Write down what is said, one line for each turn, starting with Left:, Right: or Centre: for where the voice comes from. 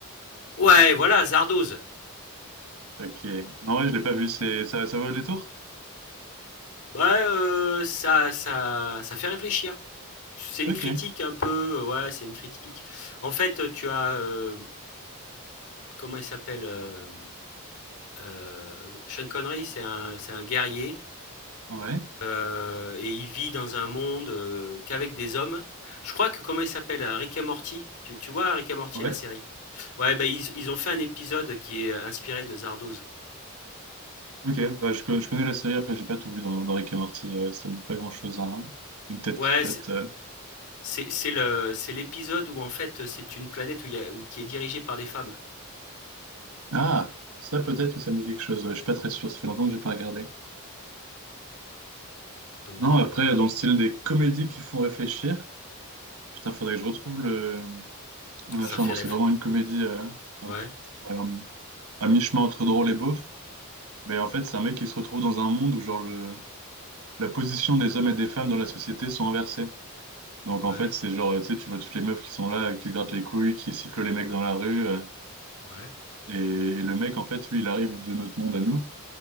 Left: Ouais, voilà, Zardoz.
Right: Ok. Non, ouais, je l'ai pas vu, c'est, ça, ça vaut le détour?
Left: Bah, heu, ça ça ça fait réfléchir. C'est une
Right: Ok.
Left: critique un peu, euh, ouais, c'est une critique. En fait, heu, tu as, hem, comment il s'appelle? Hem, heu, Sean Connery, c'est un c'est un guerrier
Right: Ouais.
Left: Heu et il vit dans un monde, heu, qu'avec des hommes. Je crois que comment il s'appelle? Heu, Rick et Morty. Tu tu vois Rick et Morty,
Right: Ouais.
Left: la série? Ouais, bah, ils ils ont fait un épisode qui est euh, inspiré de Zardoz.
Right: Ok. Bah, je, co- je connais la série, après, j'ai pas tout vu dans, dans Rick et Morty, euh, ça me dit pas grand-chose, hein. Une tête
Left: Ouais,
Right: qui flotte.
Left: c'est
Right: euh.
Left: c'est c'est le c'est l'épisode où en fait, euh, c'est une planète où il y a où qui est dirigée par des femmes.
Right: Ah! Ça, peut-être que ça me dit quelque chose. ouais, je suis pas très sûr, ça fait longtemps que j'ai pas regardé.
Left: Donc
Right: Non, après,
Left: heu, voilà,
Right: dans le style des comédies qui font réfléchir. Putain, faudrait que je retrouve le machin.
Left: ça fait
Right: Bon,
Left: réf
Right: c'est vraiment une comédie euh, un
Left: ouais,
Right: petit- euh, à mi-chemin entre drôle et beauf. Mais en fait, c'est un mec qui se retrouve dans un monde où genre le... la position des hommes et des femmes dans la société sont inversées. Donc en
Left: ouais,
Right: fait, c'est genre, euh, tu sais, tu vois toutes les meufs qui sont là, euh, qui se grattent les couilles, qui sifflent les mecs dans la rue. euh,
Left: ouais,
Right: et... et le mec, en fait, lui, il arrive de notre monde à nous.